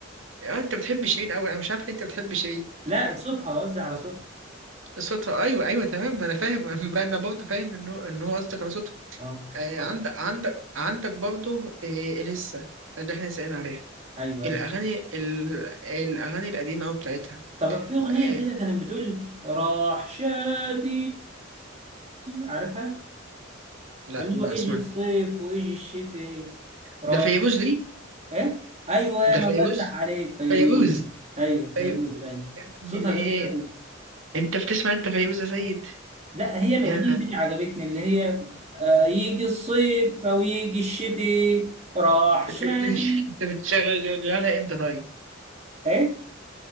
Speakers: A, on the right; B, on the right.
A: آه، انت بتحب شيرين قوي انا مش عارف ليه انت بتحب شيرين
B: لا صوتها قصدي على صوتها
A: صوتها ايوه ايوه تمام ما انا فاهم <laughs> بقى انا برضه فاهم ان هو ان هو قصدك على صوتها
B: اه
A: آه،
B: طب-
A: عندك عندك عندك برضه آه، لسه اللي احنا سائلين عليها
B: ايوه
A: الاغاني
B: أيوه.
A: ال- الاغاني القديمه قوي بتاعتها
B: طب في أغنية
A: آه،
B: كده كانت بتقول راح شادي عارفها
A: لا
B: اللي
A: ما
B: هو اجي
A: سمعت
B: الصيف واجي الشتاء راح
A: ده فيروز دي
B: ايه ايوه
A: ده
B: انا
A: فيروز
B: الله يفتح عليك فيروز
A: فيروز
B: ايوه فيروز
A: فيروز
B: ايوه
A: يا
B: صوتها
A: ابن الايه
B: جميل قوي
A: انت بتسمع انت فيروز يا سيد
B: لا هي الأغنية
A: يا انت
B: دي اللي عجبتني اللي هي آه، يجي الصيف او يجي الشتاء راح
A: بت-
B: شادي
A: <laughs> انت بتشغلها امتى طيب
B: ايه